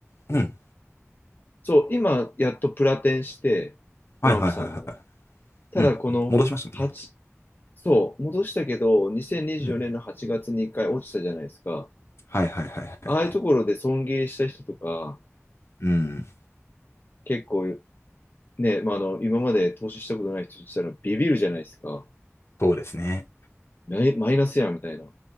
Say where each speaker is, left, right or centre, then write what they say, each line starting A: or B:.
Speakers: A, on the left (about 65°); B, on the left (about 45°).
A: うん。
B: そう、今、やっとプラテンして、
A: はいはいはいはい。
B: トランプさんの。ただ、
A: うん戻しましたもんね。
B: この8、そう、戻したけど、2024年の8月に1回落ちたじゃないですか。
A: うん。はいはいはいはいはい。
B: ああいうところで損切りした人とか、
A: うん。
B: 結構ね、まあ、あの、今まで投資したことない人にしたらビビるじゃないですか。
A: そうですね。
B: マイマイナスやんみたいな。